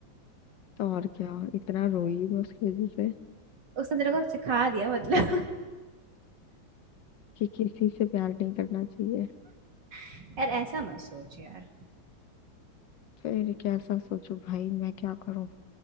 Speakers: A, on the left (about 65°); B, on the right (about 60°).
A: तो और क्या इतना रोई मैं उसकी वजह से
B: उसने तेरे को सिखा दिया मतलब
A: कि किसी से प्यार नहीं करना चाहिए
B: <laughs> यार ऐसा मत सोच यार
A: फिर कैसा सोचूं भाई मैं क्या करूं